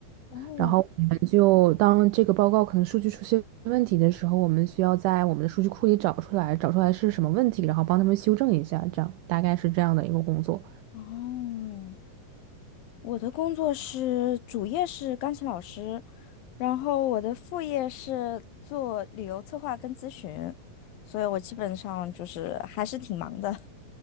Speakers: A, on the left; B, on the right.
A: 哦，
B: 然后我们就当这个报告可能数据出现问题的时候，我们需要在我们的数据库里找出来，找出来是什么问题，然后帮他们修正一下，这样大概是这样的一个工作。
A: 哦，我的工作是主业是钢琴老师，然后我的副业是做旅游策划跟咨询，所以我基本上就是还是挺忙的。